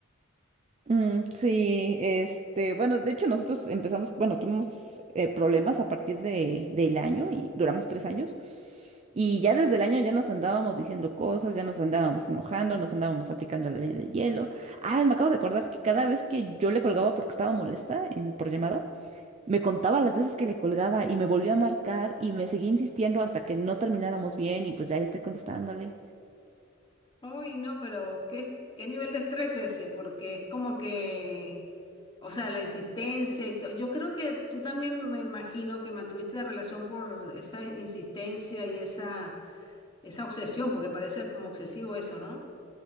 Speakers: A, on the right; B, on the left.
A: Mm, sí, este, bueno, de hecho nosotros empezamos, bueno, tuvimos eh, problemas a partir de, del año y duramos tres años. Y ya desde el año ya nos andábamos diciendo cosas, ya nos andábamos enojando, nos andábamos aplicando la ley del hielo. Ay, me acabo de acordar que cada vez que yo le colgaba porque estaba molesta en, por llamada, me contaba las veces que le colgaba y me volvió a marcar y me seguía insistiendo hasta que no termináramos bien y pues ya estoy contestándole.
B: Uy, no, pero ¿qué, qué nivel de estrés es ese? Porque es como que, o sea, la insistencia y todo. Yo creo que tú también me imagino que mantuviste la relación por esa insistencia y esa, esa obsesión, porque parece como obsesivo eso, ¿no?